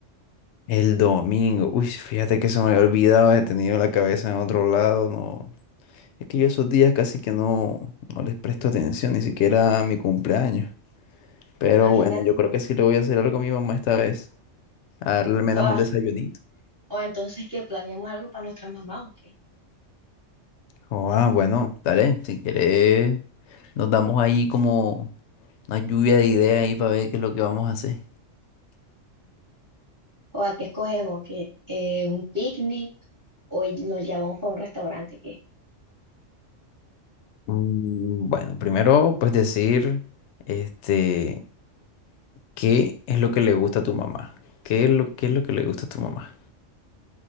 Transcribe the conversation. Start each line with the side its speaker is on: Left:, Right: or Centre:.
Left: El domingo. Uy, fíjate que se me había olvidado, he tenido la cabeza en otro lado. No. Es que yo esos días casi que no, no les presto atención, ni siquiera a mi cumpleaños. Pero
Right: Imagínate.
Left: bueno, yo creo que sí le voy a hacer algo a mi mamá esta vez. A darle al menos
Right: O,
Left: un desayunito.
Right: o entonces que planeamos algo para nuestras mamás o qué.
Left: Oh, ah, bueno, dale, si quieres, nos damos ahí como. Una lluvia de ideas ahí para ver qué es lo que vamos a hacer.
Right: O a qué escogemos, que eh, un picnic o nos llevamos para un restaurante, ¿qué?
Left: Mm, Bueno, primero pues decir, este, ¿qué es lo que le gusta a tu mamá? ¿Qué es lo, qué es lo que le gusta a tu mamá?